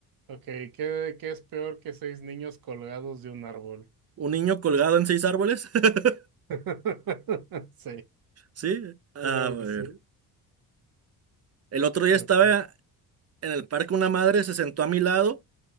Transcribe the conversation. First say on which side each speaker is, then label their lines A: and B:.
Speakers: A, on the right (about 60°); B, on the right (about 40°).
A: Ok, ¿qué, qué es peor que seis niños colgados de un árbol?
B: Un niño colgado en seis árboles. <laughs>
A: <laughs> Sí.
B: Sí. A
A: Eh,
B: ver.
A: sí,
B: El otro día
A: ok.
B: estaba en el parque una madre, se sentó a mi lado.